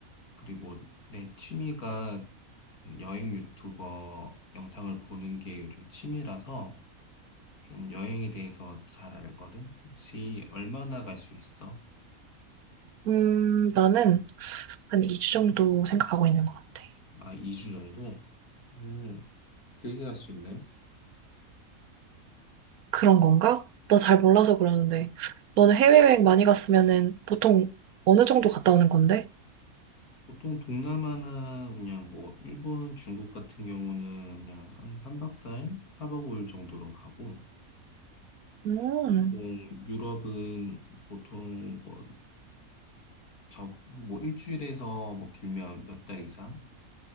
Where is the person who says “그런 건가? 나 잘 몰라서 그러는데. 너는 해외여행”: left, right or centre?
Right